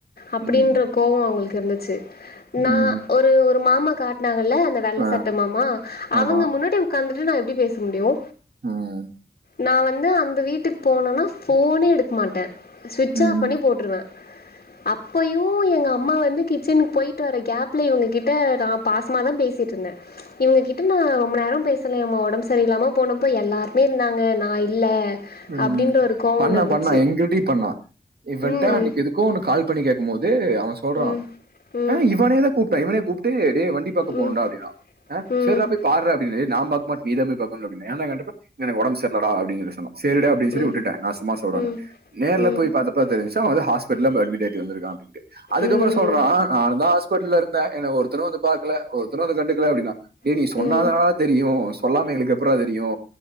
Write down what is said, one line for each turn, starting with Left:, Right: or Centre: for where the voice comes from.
Left: அப்டின்ற
Right: ம்,
Left: கோவோ அவங்களுக்கு இருந்துச்சு நா
Right: ம்,
Left: ஒரு ஒரு மாமா காட் நாங்கல்ல அந்த வெள்ள
Right: ஆ,
Left: சட்ட மாமா
Right: ஆமா
Left: அவங்க முன்னாடி ஒக்காந்துட்டு நா எப்டி பேச முடியு
Right: ம்
Left: நா வந்து அந்த வீட்டுக்கு போனுன்னா ஃபோனே எடுக் மாட்டே சுவிட்ச்
Right: ம்,
Left: ஆஃப் பண்ணி போட்டுருவே அப்பயும் எங்க அம்மா வந்து கிச்சனுக்கு போயிட்டு வர கேப்ல இவங்ககிட்ட நா பாசமா தா பேசிட்டு இருந்தே இவங்கிட்ட கட்டுனு ரொம்ப நேரம் பேசலம்மா ஒடம்பு சரியில்லாம போனப்போ எல்லாருமே இருந்தாங்க நா இல்ல
Right: ம்
Left: அப்டின்ற ஒரு கோவோ
Right: பண்ணா
Left: ஒன்னு இருந்துச்சு
Right: பண்ணா எங்கிட்டயு பண்ணா இவன்ட்ட
Left: ம்
Right: அன்னைக்கு எதுக் எதுக்கோ கால் பண்ணி கேக்கு போது அவன் சொல்றா
Left: ம் ம்
Right: அ இவனே தா கூப்புட்டா இவனே கூப்புட்டு டே வண்டி <unintelligible>
Left: ம்
Right: போணுண்டா அப்டினா அ
Left: ம் ம்
Right: சரிடா போய் பாரு அப்டினு நா பாக்க மாட் நீதா போயி பாக்குனு என்டா கேட்டப்ப எனக்கு ஒடம்பு சர்லடா அப்டினு சொன்னா சரிடா அப்டின் சொல்லி
Left: ம்
Right: உட்டுட்டே நா சும்மா சொல்றேன்
Left: ம்
Right: நேர்ல
Left: ம் ம் ம்
Right: போய் பாத்தப் தெரிஞ்சுச்சா அவே ஹாஸ்பெடல் போயிட்டு அட்மிட் ஆயிட்டு வந்துருக்கா அப்டின்டு அதுக்கப்புற
Left: ம் ம்
Right: சொல்றா நானு தா ஹாஸ்பெட்டல இரு என்ன ஒருத்தரு வந்து பாக்கல ஒருத்தரு வந்து கண்டுகல அப்டின்னா
Left: ம்
Right: நீ சொன்னாதா தெரியு சொல்லாம எங்களுக்கு எப்றா தெரியு